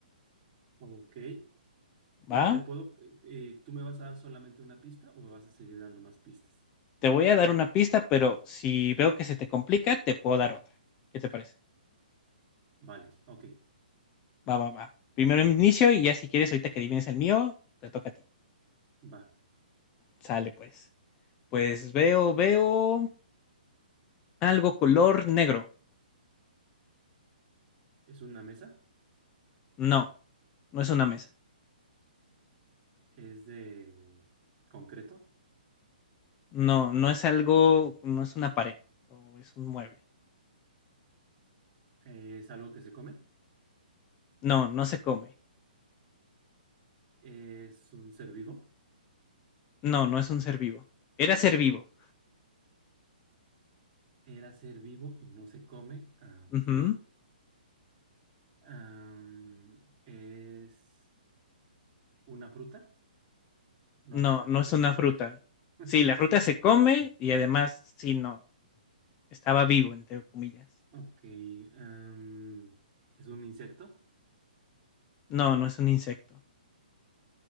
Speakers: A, on the right; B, on the left.
A: ok. ¿Y
B: ¿Va?
A: te puedo, eh, eh, tú me vas a dar solamente una pista o me vas a seguir dando más pistas?
B: Te voy a dar una pista, pero si veo que se te complica, te puedo dar otra. ¿Qué te parece?
A: Vale, ok,
B: Va, va, va. Primero inicio y ya si quieres, ahorita que adivines el mío, te toca a ti.
A: va.
B: Sale pues. Pues veo, veo algo color negro.
A: Es una mesa,
B: No, no es una mesa.
A: es de concreto,
B: No, no es algo, no es una pared o es un mueble.
A: eh, es algo que se come,
B: No, no se come.
A: es un ser vivo
B: No, no es un ser vivo. Era ser vivo.
A: Era ser vivo y no se come. Ah,
B: Ujú.
A: Ok. Am, ¿es una fruta? No,
B: No,
A: pero la
B: no
A: fruta
B: es una
A: se come.
B: fruta.
A: <laughs>
B: Sí, la fruta se come y además, sí, no, estaba vivo, entre comillas.
A: Ok. am, ¿es un insecto?
B: No, no es un insecto.